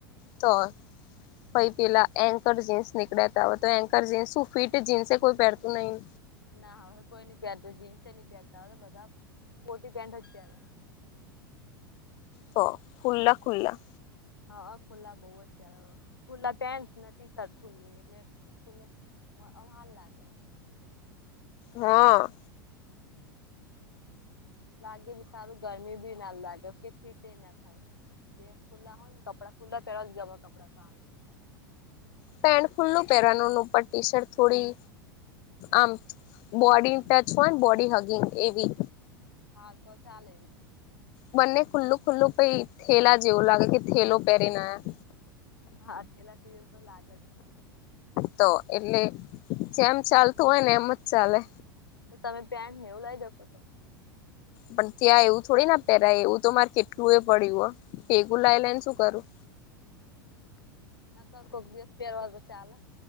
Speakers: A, on the left; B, on the left.
A: તો હ પઈ પેલા એન્કર જીન્સ નીકળ્યાતા હોય તો એન્કર જીન્સ શું ફિટ જીન્સે કોઈ પહેરતું નહી.
B: ના હા કોઈ નઈ પેર તું જીન્સે નઈ પેરતા બધા પોટી પેન્ટ જ પેર.
A: તો ખુલ્લા ખુલ્લા
B: હ અ ખુલ્લા બઉ જ પેરહ ખુલ્લા પેન્ટને ટી શર્ટ ખુલ્લી એટલે બોલો હાર લાગે.
A: હા.
B: લાગે ભી સારું ગરમી બી ના લાગે કે ફીટ ફીટ એના થાય. જે ખુલ્લા હોય ને, કપડા ખુલ્લા પેલા જ ગમ કપડા તોને
A: પેન્ટ ખુલ્લુ પહેરાવાનું ને ઉપર ટી-શર્ટ થોડી. આમ બોડી ટચ હો ને. બોડી હગિંગ એવી.
B: હા તો ચાલે.
A: બંને ખુલ્લું ખુલ્લું કઈ થેલા જેવું લાગે, કે થેલો પહેરીને આયા.
B: હા થેલા જેવુ તો લાગ જ.
A: તો એટલે જેમ ચાલતું હોય ને, એમ જ ચાલે.
B: તો તમે પેન્ટનેવું લાવી દઇ તો તો.
A: પણ ત્યાં એવું થોડી ના પહેરાય. એવું તો મારે કેટલું એ પડ્યું હ. ભેગું લાવી લાવીને શું કરું?
B: નકર કોક દિવસ પેરવા દે તો ચાલે?